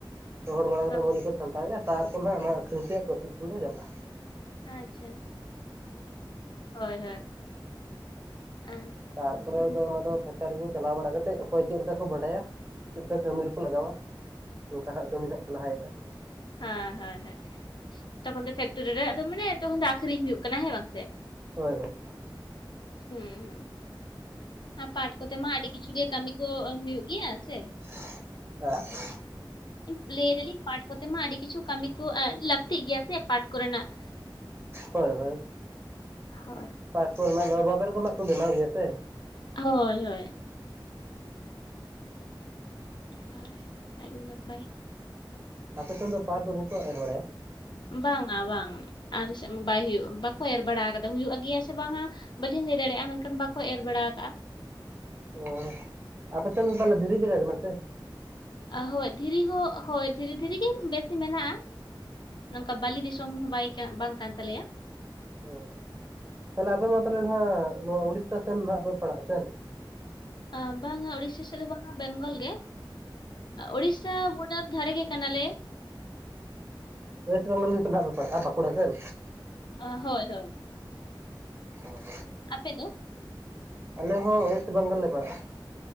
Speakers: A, on the right (about 30°); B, on the left (about 60°).
A: ᱨᱚᱦᱚᱲ ᱵᱟᱲᱟ ᱠᱟᱛᱮᱫ
B: ᱦᱚᱸ
A: ᱢᱚᱸᱡᱽ ᱜᱮᱠᱚ ᱥᱟᱢᱴᱟᱣᱮᱫᱼᱟ ᱛᱟᱨᱯᱚᱨ ᱱᱟᱦᱟᱜ ᱚᱱᱟ ᱟᱠᱷᱨᱤᱧ ᱨᱮᱭᱟᱜ ᱯᱨᱚᱥᱮᱥᱤᱝ ᱨᱮ ᱪᱟᱞᱟᱜᱼᱟ᱾
B: ᱟᱪᱪᱷᱟ᱾ ᱦᱳᱭ ᱦᱳᱭ᱾ ᱟᱢ
A: ᱛᱟᱨᱯᱚᱨᱮ
B: ᱦᱳᱭ
A: ᱚᱱᱟ ᱫᱚ ᱯᱷᱮᱠᱴᱟᱨᱤ ᱠᱚ ᱪᱟᱞᱟᱣ ᱵᱟᱲᱟ ᱠᱟᱛᱮᱫ ᱚᱠᱚᱭ ᱪᱮᱫ ᱞᱮᱠᱟ ᱠᱚ ᱵᱟᱰᱟᱭᱟ ᱪᱮᱫ ᱞᱮᱠᱟ ᱠᱟᱹᱢᱤ ᱨᱮᱠᱚ ᱞᱟᱜᱟᱣᱟ ᱚᱱᱠᱟ ᱦᱟᱜ ᱠᱟᱹᱢᱤ ᱱᱟᱦᱟᱜ ᱠᱚ ᱞᱟᱦᱟᱭᱮᱜᱼᱟ᱾
B: ᱦᱮᱸ ᱦᱳᱭ ᱦᱳᱭ ᱛᱚᱠᱷᱚᱱ ᱫᱚ ᱯᱷᱮᱠᱴᱚᱨᱤ ᱨᱮ ᱟᱫᱚ ᱢᱟᱱᱮ ᱛᱚᱠᱷᱚᱱ ᱫᱚ ᱟᱠᱷᱨᱤᱧ ᱦᱩᱭᱩᱜ ᱠᱟᱱᱟ ᱦᱮᱸ ᱵᱟᱝᱥᱮ?
A: ᱦᱳᱭ ᱦᱳᱭ᱾
B: ᱦᱮᱸ ᱦᱮᱸ ᱟᱨ ᱯᱟᱴ ᱠᱚᱛᱮ ᱢᱟ ᱟᱹᱰᱤ ᱠᱤᱪᱷᱩ ᱜᱮ ᱠᱟᱹᱢᱤ ᱠᱚ ᱦᱩᱭᱩᱜ ᱜᱮᱭᱟ ᱥᱮ᱾
A: <unintelligible>
B: ᱯᱞᱮ ᱫᱟᱹᱞᱤᱧ ᱯᱟᱴ ᱠᱚᱛᱮ ᱢᱟ ᱟᱹᱰᱤ ᱠᱤᱪᱷᱩ ᱠᱟᱹᱢᱤ ᱠᱚ ᱞᱟᱹᱠᱛᱤᱜ ᱜᱮᱭᱟ ᱥᱮ ᱯᱟᱴ ᱠᱚᱨᱮᱱᱟᱜ᱾
A: ᱦᱳᱭ ᱦᱳᱭ
B: ᱦᱳᱭ
A: ᱯᱟᱴ ᱠᱚᱨᱮᱱᱟᱜ ᱫᱚ ᱵᱟᱵᱮᱨ ᱠᱚ ᱱᱟᱦᱟᱜ ᱠᱚ ᱵᱮᱱᱟᱣ ᱜᱮᱭᱟ ᱥᱮ᱾
B: ᱦᱳᱭ ᱦᱳᱭ᱾ ᱦᱚᱭ ᱟᱹᱰᱤ ᱱᱟᱯᱟᱭ᱾
A: ᱟᱯᱮ ᱥᱮᱱ ᱫᱚ ᱯᱟᱴ ᱫᱚ ᱵᱟᱠᱚ ᱮᱨ ᱵᱟᱲᱟᱭᱟ?
B: ᱵᱟᱝᱟ ᱵᱟᱝ ᱟᱞ ᱥᱮᱫ ᱵᱟᱭ ᱦᱩᱭᱩᱜ ᱵᱟᱠᱚ ᱮᱨ ᱵᱟᱲᱟ ᱠᱟᱫᱟ ᱦᱳᱭᱳᱜ ᱜᱮᱭᱟ ᱥᱮ ᱵᱟᱝᱼᱟ᱾ ᱵᱟᱹᱞᱤᱧ ᱞᱟᱹᱭ ᱫᱟᱲᱮᱭᱟᱜᱼᱟ ᱢᱮᱱᱠᱷᱟᱱ ᱵᱟᱠᱚ ᱮᱨ ᱵᱟᱲᱟ ᱟᱠᱟᱜᱼᱟ᱾
A: ᱚ ᱟᱯᱮ ᱥᱮᱱ ᱫᱚ ᱛᱟᱦᱚᱞᱮ ᱫᱷᱤᱨᱤ ᱡᱟᱭᱜᱟ ᱠᱟᱱᱟ ᱥᱮ?
B: ᱦᱳᱭ ᱫᱷᱤᱨᱤ ᱦᱚᱸ ᱦᱳᱭ ᱫᱷᱤᱨᱤ ᱫᱷᱤᱨᱤ ᱜᱮ ᱵᱮᱥᱤ ᱢᱮᱱᱟᱜᱼᱟ᱾ ᱱᱚᱝᱠᱟ ᱵᱟᱹᱞᱤ ᱫᱤᱥᱚᱢ ᱦᱚᱸ ᱵᱟᱭ ᱵᱟᱝ ᱠᱟᱱ ᱛᱟᱞᱮᱭᱟ᱾
A: ᱚ ᱛᱟᱦᱚᱞᱮ ᱟᱯᱮ ᱢᱟ ᱛᱟᱦᱚᱞᱮ ᱱᱟᱦᱟᱜ ᱱᱚᱣᱟ ᱩᱲᱤᱥᱥᱟ ᱥᱮᱱ ᱱᱟᱦᱟᱜ ᱯᱮ ᱯᱟᱲᱟᱜᱼᱟ ᱥᱮᱱ?
B: ᱟ ᱵᱟᱝᱼᱟ ᱩᱲᱤᱥᱥᱟ ᱥᱮᱫ ᱫᱚ ᱵᱟᱝᱼᱟ ᱵᱮᱝᱜᱚᱞ ᱜᱮ, ᱩᱲᱤᱥᱥᱟ ᱵᱳ ᱰᱟᱨ ᱫᱷᱟᱨᱮ ᱜᱮ ᱠᱟᱱᱟᱞᱮ᱾
A: ᱚᱭᱮᱥᱴ ᱵᱮᱝᱜᱚᱞ ᱜᱮᱥᱮ ᱱᱟᱦᱟᱜ ᱯᱮ ᱯᱟᱲᱟᱜᱼᱟ ᱵᱟᱠᱩᱲᱟ ᱥᱮᱱ?
B: ᱦᱳᱭ ᱦᱳᱭ᱾
A: ᱦᱳᱸ᱾
B: ᱟᱯᱮ ᱫᱚ?
A: ᱟᱞᱮ ᱦᱚᱸ ᱚᱭᱮᱥᱴ ᱵᱮᱝᱜᱚᱞ ᱞᱮ ᱯᱟᱲᱟᱜᱼᱟ᱾